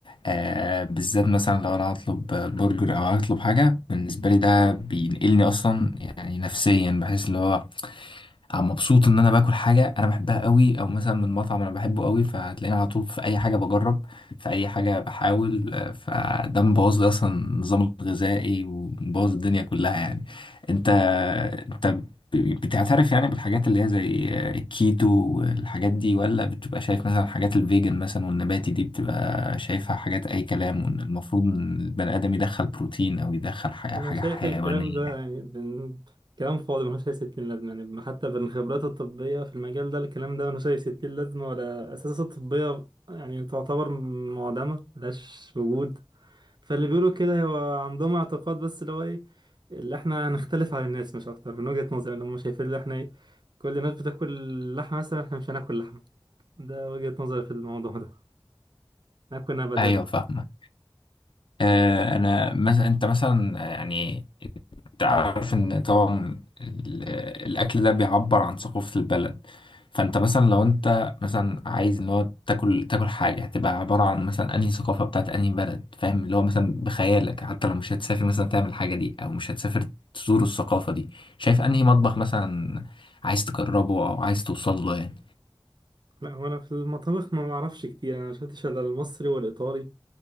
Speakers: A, on the left (about 65°); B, on the right (about 55°).
A: آه بالذات مثلا لو أنا هطلب برجر أو هطلب حاجة بالنسبة لي ده بينقلني أصلا يعني نفسيا بحس اللي هو مبسوط ان انا باكل حاجه انا بحبها قوي او مثلا من مطعم انا بحبه قوي فهتلاقيني على طول في اي حاجه بجرب في اي حاجه بحاول آه، فده مبوظ لي اصلا النظام الغذائي ومبوظ الدنيا كلها يعني انت انت ب- بتعترف يعني بالحاجات اللي هي زي آه، الكيتو والحاجات دي ولا بتبقى شايف مثلا حاجات الفيجن مثلا والنباتي دي بتبقى شايفها حاجات اي كلام وان المفروض ان البني ادم يدخل بروتين او يدخل حاجه
B: انا
A: حاجة
B: شايف
A: حيوانيه
B: الكلام ده يعني بن... كلام فاضي ملوش اي ستين لازمه يعني حتى بالخبرات الطبيه في المجال ده الكلام ده ملوش اي ستين لازمه ولا اساسات الطبيه يعني تعتبر معدمه ملهاش وجود فاللي بيقولوا كده هو عندهم اعتقاد بس اللي هو ايه اللي احنا هنختلف عن الناس مش اكتر من وجهة نظري اللي هم شايفين اللي احنا ايه كل الناس بتاكل لحمة مثلا احنا مش هناكل لحمة ده وجهة نظري في الموضوع ده ناكل نباتات
A: ايوه فاهم آه، انا مثلا انت مثلا يعني انت عارف ان طبعا ال- الاكل ده بيعبر عن ثقافة البلد فانت مثلا لو انت مثلا عايز ان هو تاكل تاكل حاجة هتبقى عبارة عن مثلا انهي ثقافة بتاعت انهي بلد فاهم اللي هو مثلا بخيالك حتى لو مش هتسافر مثلا تعمل الحاجة دي او مش هتسافر تزور الثقافة دي شايف انهي مطبخ مثلا عايز تجربه او عايز توصل له يعني
B: لا هو انا في المطابخ ما بعرفش كتير انا شفتش الا المصري والايطالي